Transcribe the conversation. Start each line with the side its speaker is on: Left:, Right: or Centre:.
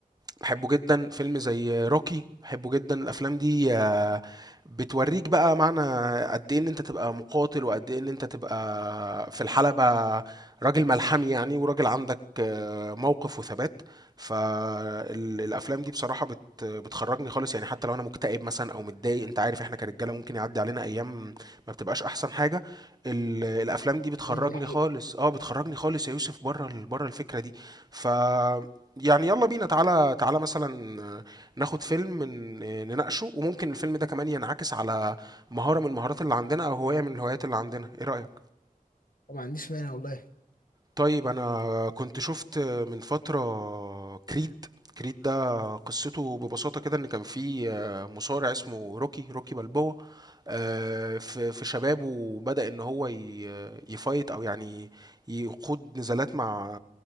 Right: بحبه جدا فيلم زي روكي بحبه جدا الافلام دي آه، بتوريك بقى معنى قد ايه ان انت تبقى مقاتل وقد ايه ان انت تبقى في الحلبة راجل ملحمي يعني وراجل عندك آه، موقف وثبات فالافلام دي بصراحة بت بتخرجني خالص يعني حتى لو انا مكتئب مثلا او متضايق انت عارف احنا كرجالة ممكن يعدي علينا ايام ما بتبقاش احسن حاجة ال- الافلام دي بتخرجني
Left: أيوة دي حقيقة
Right: خالص اه بتخرجني خالص يا يوسف بره ال- بره الفكرة دي ف يعني يلا بينا تعالى تعالى مثلا آه، ناخد فيلم ن- آه، نناقشه وممكن الفيلم ده كمان ينعكس على مهارة من المهارات اللي عندنا أو هواية من الهوايات اللي عندنا إيه رأيك؟
Left: وما عنديش مانع والله
Right: طيب أنا كنت شفت من فترة كريد كريد ده قصته ببساطة كده إن كان في آه، مصارع اسمه روكي روكي بالبوا آه، في في شبابه بدأ ان هو ي- يفايت او يعني يخوض نزالات مع